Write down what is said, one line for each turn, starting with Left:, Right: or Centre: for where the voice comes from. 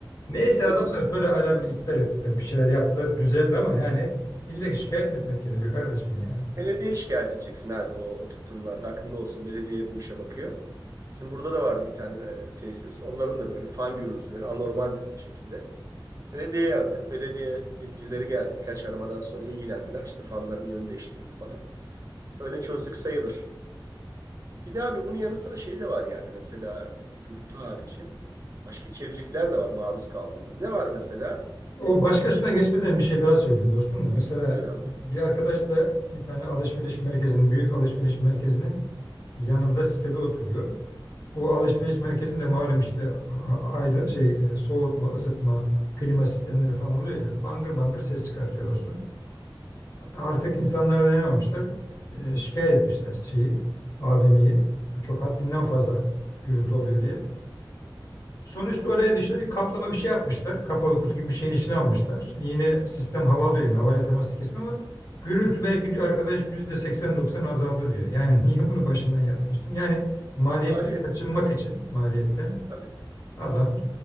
Left: Neyse
Right: Onu
Left: adamlar
Right: dostum.
Left: sonra alarmı iptal ettiler. Bir şeyler yaptılar düzeldi ama yani illa şikayet mi etmek gerekiyor kardeşim yani.
Right: Belediyeye şikayet edeceksin abi o, o tip durumlarda. Aklında olsun. Belediye bu işe bakıyor. Bizim burada da vardı bir tane e, tesis. Onların da böyle fan gürültüleri anormal şekilde. Belediyeyi aradık. Belediye yetkilileri geldi. Birkaç aramadan sonra ilgilendiler. İşte fanların yönü değiştirildi falan. Öyle çözdük sayılır. Bir de abi bunun yanı sıra şey de var yani mesela e, gürültü harici başka kirlilikler de var maruz kaldığımız. Ne var mesela?
Left: O
Right: İşte
Left: başkasına
Right: koku kirli.
Left: geçmeden bir şey daha söyleyeyim dostum da. Mesela
Right: Buyur abi.
Left: bir arkadaş da bir tane alışveriş merkezinin, büyük alışveriş merkezinin yanında sitede oturuyor. O alışveriş merkezinde malum işte a- a- aydın şey e, soğutma, ısıtma, klima sistemleri falan oluyor ya. Bangır bangır ses çıkartıyor dostum. Artık insanlara dayanamamışlar. e, Şikayet etmişler şeyi, AVM'yi. Çok haddinden fazla gürültü oluyor diye. Sonuçta oraya dışta bir kaplama bir şey yapmışlar. Kapalı kutu gibi bir şeyin içine almışlar. Yine sistem havalıyor yani havayla teması kesme ama gürültü belki diyor arkadaş yüzde 80-90 azaldı diyor. Yani <laughs> niye bunu başından yapmıyorsun? Yani maliyetten
Right: Maliyet.
Left: kaçınmak için maliyetten
Right: Tabii.
Left: adam